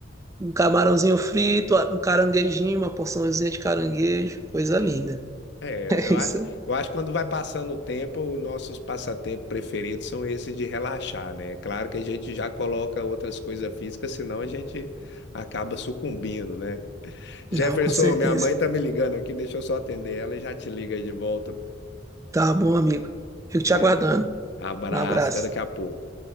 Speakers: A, on the right; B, on the left.
A: um camarãozinho frito, um caranguejinho, uma porçãozinha de caranguejo. Coisa linda. <laughs>
B: É,
A: É
B: Eu
A: isso?
B: acho, eu acho que quando vai passando o tempo, os nossos passatempos preferidos são esses de relaxar, né? É Claro que a gente já coloca outras coisas físicas, senão a gente acaba sucumbindo, né? Jefferson,
A: Não, com certeza.
B: minha mãe tá me ligando aqui, deixa eu só atender ela e já te liga aí de volta.
A: Tá bom, amigo. Fico
B: Beleza.
A: te aguardando.
B: Abraço,
A: Um abraço.
B: até daqui a pouco.